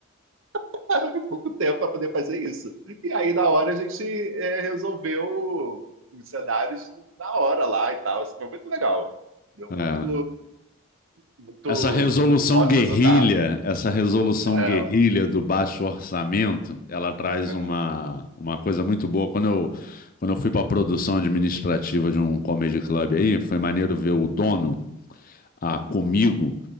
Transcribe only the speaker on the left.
É.
Essa resolução
guerrilha,
essa resolução
guerrilha do baixo orçamento, ela traz
uma, uma coisa muito boa. Quando eu, quando eu fui para a produção administrativa de um comedy club aí, foi maneiro ver o dono ah, comigo,